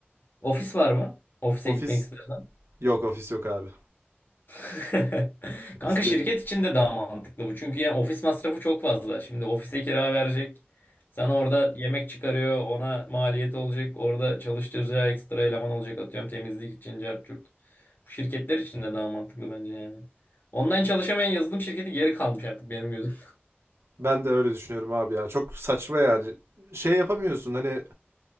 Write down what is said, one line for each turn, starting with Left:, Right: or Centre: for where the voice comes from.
Left: Ofis var mı? Ofise
Right: Ofis
Left: gitmek istersen.
Right: yok ofis yok abi.
Left: <laughs> Kanka
Right: <laughs> İsteyemem.
Left: şirket için de daha mantıklı bu. Çünkü yani ofis masrafı çok fazla. Şimdi ofise kira verecek. Sana orada yemek çıkarıyor. Ona maliyet olacak. Orada çalıştıracağı ekstra eleman olacak. Atıyorum temizlik için cart curt. Bu şirketler için de daha mantıklı bence yani. Online çalışamayan yazılım şirketi geri kalmış artık benim gözümde.
Right: Ben de öyle düşünüyorum abi ya. Çok saçma yani. Şey yapamıyorsun hani e,